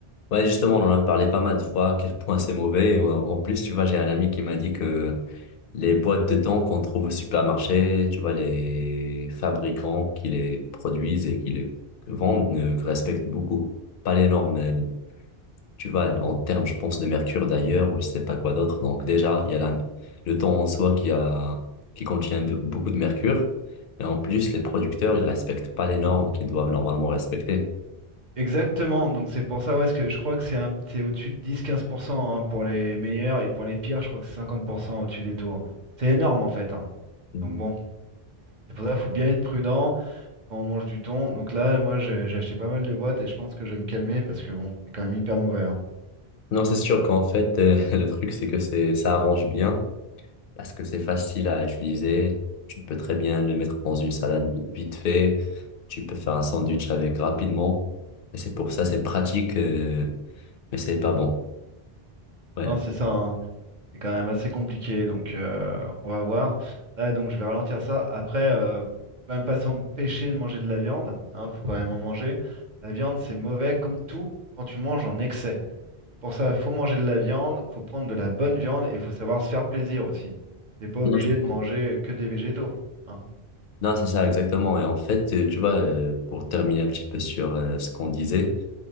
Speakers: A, on the left; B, on the right.
A: Ouais, justement, on en a parlé pas mal de fois, à quel point c'est mauvais. Et En en plus, tu vois, j'ai un ami qui m'a dit que les boîtes de thon qu'on trouve au supermarché, tu vois, les fabricants qui les produisent et qui les vendent ne respectent beaucoup pas les normes euh, tu vois, en termes, je pense, de mercure d'ailleurs, ou je sais pas quoi d'autre. Donc déjà, il y a la- le temps en soi qui a, qui contient be- beaucoup de mercure. Et en plus, les producteurs, ils respectent pas les normes qu'ils doivent normalement respecter.
B: Exactement. Donc, c'est pour ça, ouais, parce que je crois que c'est un- c'est au-dessus de 10-15% hein, pour les meilleurs et pour les pires, je crois que c'est 50% au-dessus des taux. hein. C'est énorme, en fait. hein.
A: Mm.
B: Donc, bon, c'est pour ça qu'il faut bien être prudent quand on mange du thon. Donc, là, moi, j'ai j'ai acheté pas mal de boîtes et je pense que je vais me calmer parce que, bon, c'est quand même hyper mauvais. hein.
A: Non, c'est sûr qu'en fait, euh, <laughs> le truc, c'est que c'est, ça arrange bien, parce que c'est facile à utiliser. Tu peux très bien le mettre dans une salade vite fait. Tu peux faire un sandwich avec rapidement. Et c'est pour ça, c'est pratique, euh, mais c'est pas bon. Ouais.
B: Hein, c'est ça. hein. C'est quand même assez compliqué, donc euh, on va voir. Là, donc je vais ralentir ça. Après, euh, faut quand même pas s'empêcher de manger de la viande, hein, faut quand même en manger. La viande, c'est mauvais comme tout quand tu manges en excès. C'est Pour ça, faut manger de la viande, faut prendre de la bonne viande et faut savoir se faire plaisir aussi. T'es pas obligé
A: Non,
B: de manger que des végétaux, hein.
A: Non, c'est ça, exactement. Et en fait, euh, tu vois, euh, pour terminer un petit peu sur euh, ce qu'on disait,